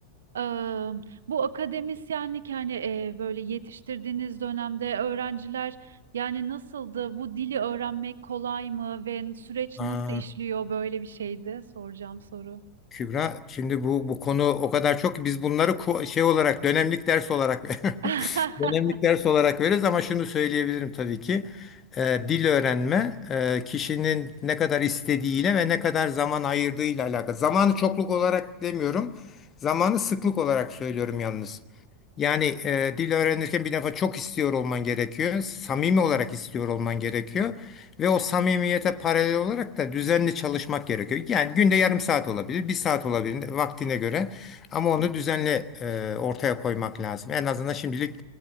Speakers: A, on the right (about 65°); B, on the left (about 25°).
A: Eee, bu akademisyenlik yani eee, böyle yetiştirdiğiniz dönemde öğrenciler yani nasıldı? Bu dili öğrenmek kolay mı ve süreç
B: Aa.
A: nasıl işliyor böyle bir şeydi soracağım soru.
B: Kübra, şimdi bu bu konu o kadar çok ki biz bunları ku- şey olarak dönemlik ders olarak <laughs>
A: <laughs>
B: dönemlik ders olarak veririz ama şunu söyleyebilirim tabii ki Ee, dil öğrenme e, kişinin ne kadar istediğiyle ve ne kadar zaman ayırdığıyla alakalı. Zamanı çokluk olarak demiyorum, zamanı sıklık olarak söylüyorum yalnız. Yani e, dil öğrenirken bir defa çok istiyor olman gerekiyor. Samimi olarak istiyor olman gerekiyor. Ve o samimiyete paralel olarak da düzenli çalışmak gerekiyor. Yani günde yarım saat olabilir, bir saat olabilir vaktine göre. Ama onu düzenli e, ortaya koymak lazım. En azından şimdilik